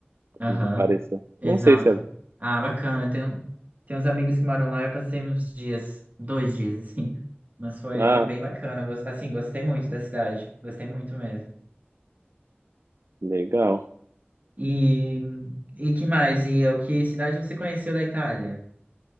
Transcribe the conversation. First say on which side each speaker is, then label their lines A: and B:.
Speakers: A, on the right; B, on the right.
A: Aham.
B: Me pareceu.
A: Exato.
B: Não sei se é.
A: Ah, bacana. Tem, um- tem uns amigos que moram lá. Eu passei uns dias, dois dias, <laughs> assim. Mas foi,
B: Ah,
A: foi bem bacana. Gos- Assim, gostei muito da cidade. Gostei muito mesmo.
B: legal.
A: E, e que mais? E o que cidade você conheceu da Itália?